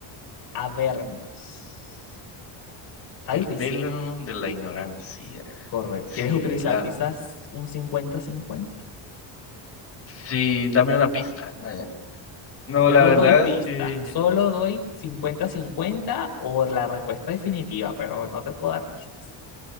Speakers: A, on the left; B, on the left.
A: Habermas. Está
B: El
A: difícil.
B: velo de la ignorancia.
A: Correcto.
B: Sí,
A: ¿Quieres utilizar
B: la...
A: quizás un cincuenta-cincuenta.
B: Sí, dame una pista. Eh, No,
A: Yo
B: la
A: no
B: verdad
A: doy pista,
B: es que...
A: solo doy cincuenta-cincuenta o la respuesta definitiva, pero no te puedo dar pistas.